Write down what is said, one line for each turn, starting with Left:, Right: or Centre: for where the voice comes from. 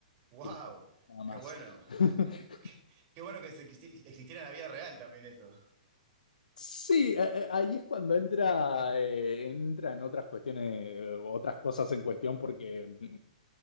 Right: ¡Wow!
Left: Y listo, nada
Right: ¡Qué
Left: más.
Right: bueno!
Left: <laughs>
Right: <laughs> Qué qué bueno que se- que existiera en la vida real también eso.
Left: Sí, eh, eh, ahí es cuando entra, eh, entra en otras cuestiones, eh, otras cosas en cuestión, porque mm,